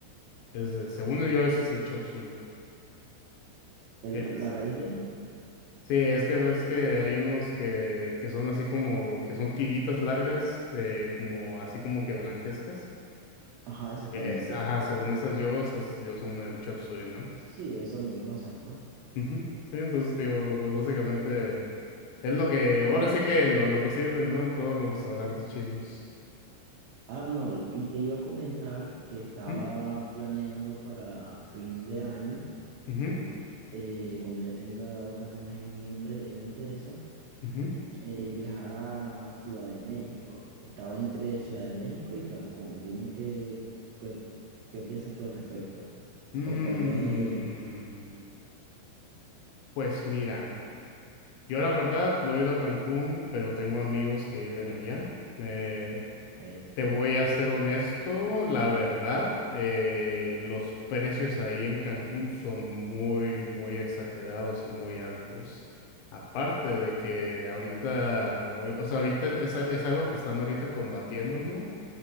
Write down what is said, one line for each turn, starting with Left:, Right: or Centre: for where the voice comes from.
Left: Es, eh, según yo, ese es el chop suey.
Right: El,
Left: Es-
Right: la raíz de.
Left: sí, es que ves que hay unos que, que son así como, que son tiritas largas, eh, como así como que blanquescas.
Right: Ajá, exactamente.
Left: Es- ajá, según esas yo, esas yo son el chop suey, ¿no?
Right: Sí, eso mismo, exacto.
Left: Ujú. Sí, entonces te digo, pues básicamente es lo que, ahora
Right: Y
Left: sí que lo, lo que sirven, ¿no? En todos los restaurantes chinos.
Right: Arnold, y te iba a comentar que estaba
Left: Ujú,
Right: planeando para fin de año,
Left: ujú,
Right: eh, cuando ya tenga vacaciones en mi empre- en la empresa,
Left: ujú.
Right: eh, viajar a Ciudad de México. Estaba entre Ciudad de México y Cancún. Dime qué, qué, qué piensas tú al respecto.
Left: Mm,
Right: O cuál me...
Left: pues mira, yo la verdad no he ido a Cancún, pero tengo amigos que viven allá. Eh,
Right: Ok,
Left: Te voy a ser honesto, la verdad, eh, los precios ahí en Cancún son muy, muy exagerados y muy altos. Aparte de que ahorita, o o sea, ahorita es, es algo que están ahorita combatiendo, ¿no?